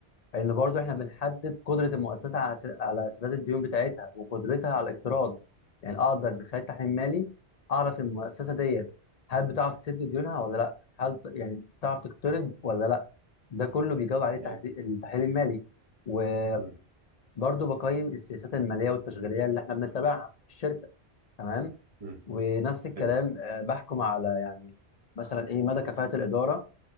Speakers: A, on the left (about 50°); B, on the right (about 35°).
A: ان برضو احنا بنحدد قدره المؤسسه على س- على سداد الديون بتاعتها وقدرتها على الاقتراض يعني اقدر من خلال تحليل مالي اعرف المؤسسه ديت هل بتعرف تسد ديونها ولا لا هل ت- يعني بتعرف تقترض ولا لا ده كله بيجاوب عليه
B: تمام
A: تحدي- التحليل المالي وبرضو
B: مم.
A: بقيم السياسات الماليه والتشغيليه اللي احنا بنتبعها في الشركه تمام
B: مم.
A: ونفس الكلام
B: حلو
A: آه، بحكم على يعني مثلا ايه مدى كفاءه الاداره